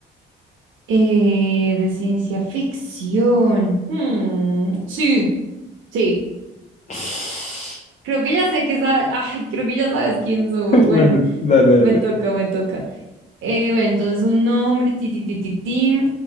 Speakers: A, on the right; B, on the left.
A: Eh, de ciencia ficción. Hmm, sí, sí.
B: <laughs>
A: Creo que ya sé que sabe- ay, creo que ya sabes quién soy. Bueno,
B: Bueno, dale,
A: me
B: dale.
A: toca, me toca. Eh, bueno, entonces un nombre, ti, ti, ti, ti, ti.